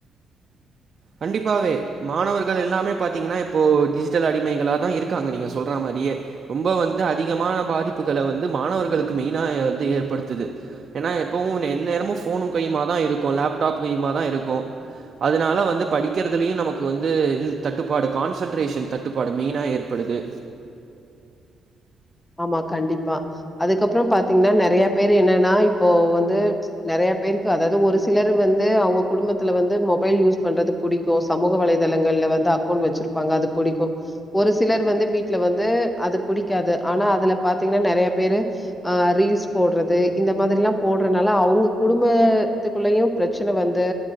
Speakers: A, on the right (about 40°); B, on the left (about 15°).
A: கண்டிப்பாவே மாணவர்கள் எல்லாமே பாத்தீங்கன்னா இப்போ டிஜிட்டல் அடிமைகளாக தா இருக்காங்க நீங்க சொல்ற மாரியே ரொம்ப வந்து அதிகமான பாதிப்புகளை வந்து மாணவர்களுக்கு மெயினா வந்து ஏற்படுத்து ஏன்னா எப்போவு எந்த நேரமு ஃபோனும் கையுமா தா இருக்கும் லேப்டாப் கையுமா தா இருக்கும் அதனால வந்து படிக்கிறதுலயு நமக்கு வந்து இது தட்டுப்பாடு கான்சன்ட்ரேஷன் தட்டுப்பாடு மெயினா ஏற்படுது
B: ஆமா கண்டிப்பா அதுக்கப்பற பாத்தீங்கன்னா நெறைய பேரு என்னன்னா இப்போ வந்து நெறைய பேருக்கு அதாவது ஒரு சிலர் வந்து அவங்க குடும்பத்துல வந்து மொபைல் யூஸ் பண்றது புடிக்கும் சமூக வலைதளங்கள்ல வந்து அக்கௌண்ட் வச்சிருப்பாங்க அது பிடிக்கும் ஒரு சிலர் வந்து வீட்டுல வந்து அது புடிக்காது ஆனா அதுல பாத்தீங்கன்னா நெறைய பேரு அ ரீல்ஸ் போடுறது இந்த மாதிர எல்லா போடுறதுனால அவங்க குடும்பத்துக்குள்ளயு பிரச்சன வந்து